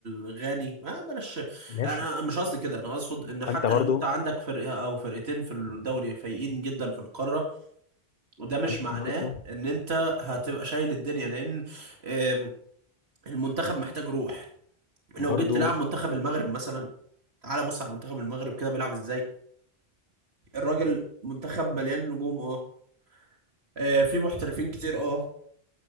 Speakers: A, on the right; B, on the left.
A: الغاني ما بلاش
B: ماشي
A: انا مش قصدي كده انا اقصد ان حتى
B: ما انت برضه
A: لو انت عندك فرقة او فرقتين في الدوري فايقين جدا في القارة وده مش معناه
B: برضه
A: ان انت هتبقى شايل الدنيا لان آم، المنتخب محتاج روح
B: برضه
A: لو جيت تلعب منتخب المغرب مثلا تعال بص على منتخب المغرب كده بيلعب ازاي الراجل منتخب مليان نجوم اه آه، في محترفين كتير اه